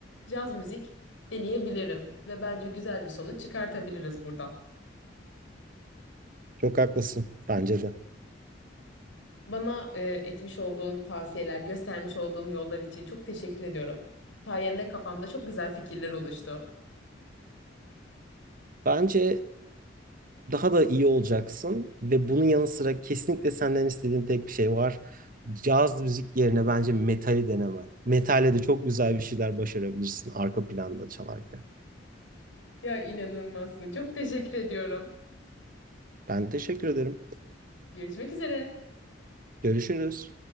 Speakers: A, on the left; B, on the right.
A: Caz müzik deneyebilirim ve bence güzel bir sonuç çıkartabiliriz buradan.
B: Çok haklısın. Bence de.
A: Bana e, etmiş olduğun tavsiyeler, göstermiş olduğun yollar için çok teşekkür ediyorum. Sayende kafamda çok güzel fikirler oluştu.
B: Bence daha da iyi olacaksın ve bunun yanı sıra kesinlikle senden istediğim tek bir şey var. Caz müzik yerine bence metali denemen. Metale de çok güzel bir şeyler başarabilirsin arka planda çalarken.
A: Ya inanılmazsın. Çok teşekkür ediyorum.
B: Ben teşekkür ederim.
A: Görüşmek üzere.
B: Görüşürüz.